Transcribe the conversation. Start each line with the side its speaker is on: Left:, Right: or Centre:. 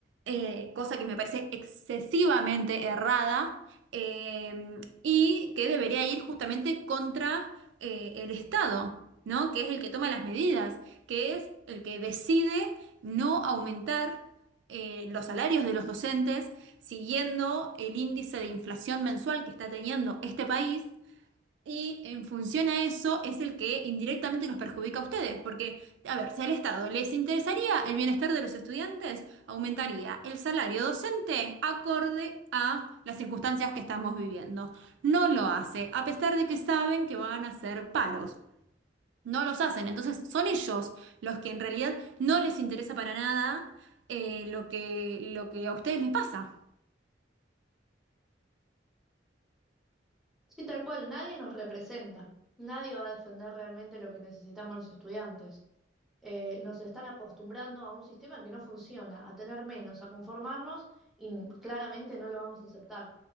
Right: eh, cosa que me parece excesivamente errada eh, y que debería ir justamente contra eh, el Estado, ¿no? Que es el que toma las medidas, que es el que decide no aumentar eh, los salarios de los docentes siguiendo el índice de inflación mensual que está teniendo este país y en función a eso es el que indirectamente los perjudica a ustedes, porque, a ver, si al Estado les interesaría el bienestar de los estudiantes, aumentaría el salario docente acorde a las circunstancias que estamos viviendo. No lo hace, a pesar de que saben que van a hacer paros. No los hacen, entonces son ellos los que en realidad no les interesa para nada eh, lo que, lo que a ustedes les pasa.
Centre: Sí, tal cual, nadie nos representa, nadie va a defender realmente lo que necesitamos los estudiantes. eh, nos están acostumbrando a un sistema que no funciona, a tener menos, a conformarnos y n- claramente no lo vamos a aceptar.